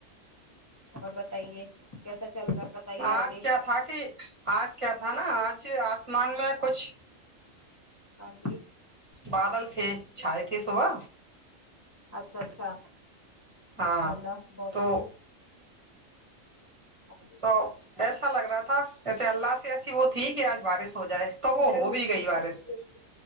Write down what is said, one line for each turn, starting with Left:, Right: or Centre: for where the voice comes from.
Left: اور بتائیے کیسا چل رہا ہے بتائیے آگے
Right: آج کیا تھا کہ آج کیا تھا نا آج اسمان میں کچھ
Left: ہاں جی
Right: بادل تھے چھائے تھے صبح
Left: اچھا اچھا
Right: ہاں
Left: انشاء اللہ بہت
Right: تو
Left: خوب بی
Right: تو ایسا لگ رہا تھا ایسے اللہ سے ایسی وہ تھی کہ آج بارش ہو جائے تو وہ ہو بھی گئی بارش ہی